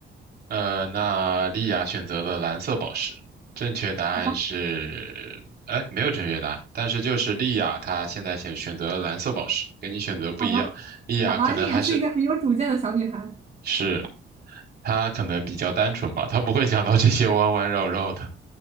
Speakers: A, on the right (about 50°); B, on the right (about 30°).
A: 呃，那莉亚选择了蓝色宝石，正确答案是，
B: 好吧，
A: 哎，没有正确答案，但是就是莉亚她现在选选择了蓝色宝石，跟你选择不一样，
B: 好吧，
A: 莉亚可能还是
B: 好吧，丽雅是一个很有主见的小女孩。
A: 是他可能比较单纯吧，他不会想到这些弯弯绕绕的。